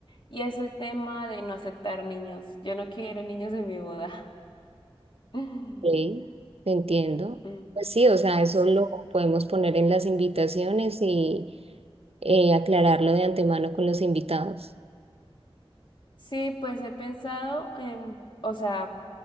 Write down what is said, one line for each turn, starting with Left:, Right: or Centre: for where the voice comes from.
Left: y es el tema de no aceptar niños. Yo no quiero niños en mi boda. <laughs>
Right: Ok, te entiendo.
Left: Mm,
Right: Pues sí, o sea, eso
Left: Sí,
Right: lo podemos poner en las invitaciones y eh, aclararlo de antemano con los invitados.
Left: sí, pues he pensado en, o sea,